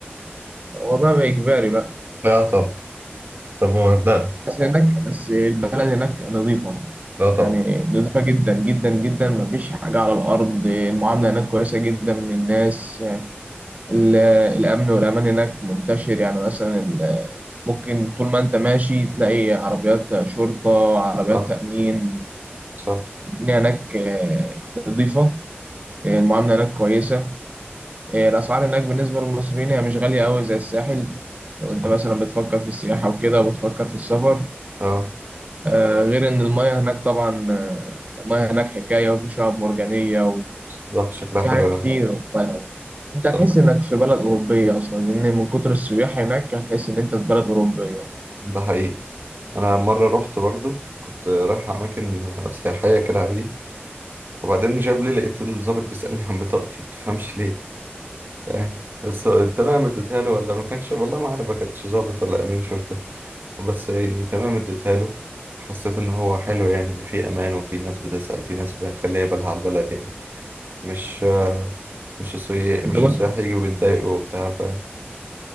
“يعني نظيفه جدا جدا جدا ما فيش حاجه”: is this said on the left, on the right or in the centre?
Right